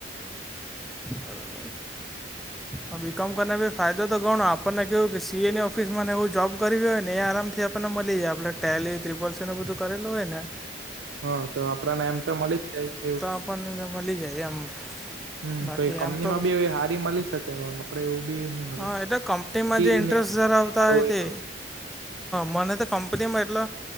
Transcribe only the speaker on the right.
હા તો આપણાંને એમ તો મલી જ જાય.
હમ્મ.
કંઈ કંપનીમાં
બી એવી હારી મલી શકે, હવે આપણે એવું બી ની મલે.
સ્કીલ
ને એવું બધું
કઈ હારું
તો